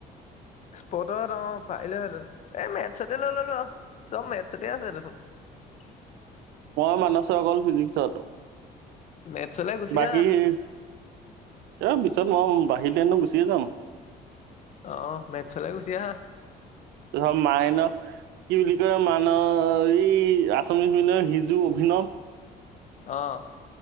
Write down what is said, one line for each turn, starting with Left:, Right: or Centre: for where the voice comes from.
Left: স্প'ৰ্টত অ', পাৰিলে হেতেন। এ', মেথছতে লৈ ল'লোঁ আৰু, চব মেথছতে আছে দেখোন। <inaudible>
Right: মই মানচৰ অকল ফিজিক্সত।
Left: মেথছলে গুচি
Right: বাকী
Left: আহা
Right: সেয় অ', পিছত মই। <unintelligible> <unintelligible> এনেও গুচি যাম।
Left: অ' মেথছলৈ গুচি আহা।
Right: <unintelligible> মাইনত কি বুলি কয় মান এই আচামিচ মিডিয়ামৰ হিজু অভিনৱ।
Left: অ '।